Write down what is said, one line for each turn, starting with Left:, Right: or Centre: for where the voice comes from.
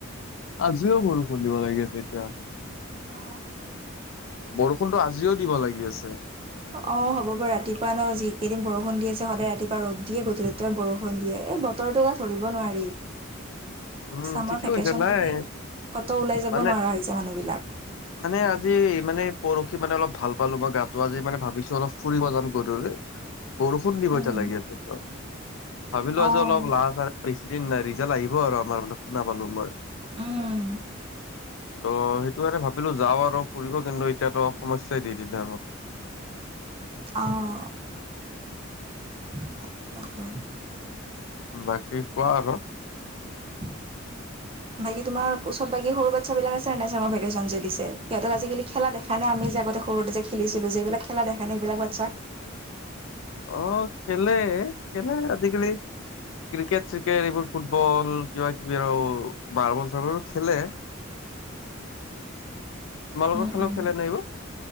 Left: আজিও কৰো। খুন্দিব লাগে যেতিয়া।
Right: আ।
Left: বৰষুণটো আজিও দিব লাগি আছে।
Right: অ হ'ব বাৰু ৰাতিপুৱা ন যি কেইদিন বৰষুণৰ দি আছে সদায় ৰাতিপুৱা ৰদ দিয়ে গধূলিতে বৰষুণ। দিয়ে। এই বতৰটো ধৰিব নোৱাৰি।
Left: উম
Right: চামৰ
Left: ঠিকে
Right: ভেকেশচন
Left: কৈছা নাই
Right: বুলি কটো ওলাই যাব
Left: মানে
Right: নোৱাৰা হৈছে মানুহ বিলাক।
Left: মানে আজি মানে পৰহি মানে অলপ ভাল পালো মই গাটো। আজি মানে ভাবিছো অলপ ফুৰিব যাম গধূলি।
Right: <inaudible>
Left: বৰষুণ দিব
Right: উম,
Left: এতিয়া লাগি আছে। ভাবিলো আজি
Right: অ',
Left: অলপ লাল চাহ বেছি দিন নাই। ৰিজাল্ট আহিব আৰু আমাৰ ফাল শুনা পালো মই।
Right: উম,
Left: ত' সেইটো এটা ভাব ভাবিলো যাও, আৰু ফুৰিব কিন্তু এতিয়াতো সমস্যাই দি দিলে আমাক
Right: অঁ। <unintelligible>
Left: বাকী কোৱা আৰু
Right: <inaudible> বাকী তোমাৰ ওচৰত বাকী সৰু বাচ্ছা বিলাক আছে নে নাই চামাৰ ভেকেচন যে দিছে। সিহঁতক আজিকালি খেলা দেখা নাই আমি আগতে সৰুতে যে খেলিছিলো। যে এইবিলাক খেলা দেখা নাই এই বিলাক বাচ্চক
Left: অ খেলে। খেলে আজিকালি ক্ৰিকেট চ্ৰিকেট এইবোৰ ফুটবল কিবা কিবি আৰু মাৰ্বল চাৰ্বলো খেলে। তোমালোকৰ
Right: উম,
Left: ফালে
Right: উম,
Left: খেলেনে এইবোৰ।